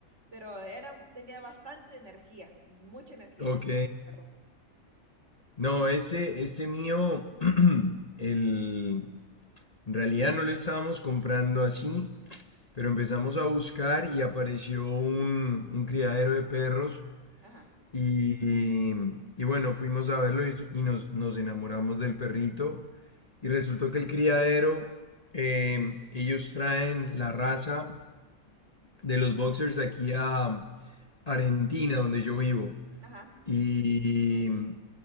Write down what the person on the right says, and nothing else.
pero era, tenía bastante energía, mucha energía
tenía el perro.
Ajá.
Ajá,